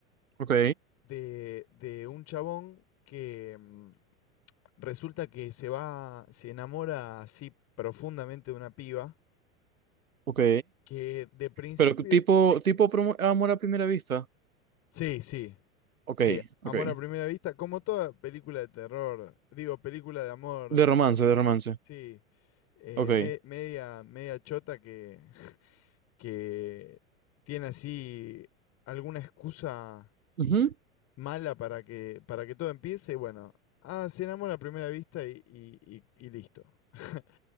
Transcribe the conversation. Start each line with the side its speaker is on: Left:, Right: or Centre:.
Right: ok,
Left: de, de un chabón que mm, resulta que se va, se enamora así profundamente de una piba
Right: ok.
Left: que de principio,
Right: Pero tipo, tipo promo- amor a primera vista.
Left: sí, sí,
Right: Ok,
Left: sí,
Right: ok.
Left: amor a primera vista, como toda película de terror, digo, película de amor,
Right: De romance, de romance.
Left: sí, eh,
Right: Ok.
Left: me- media, media chota que, que tiene así alguna excusa
Right: Ujú.
Left: mala para que, para que todo empiece, bueno, ah, cenamos a primera vista y, y- y- y listo. <laughs>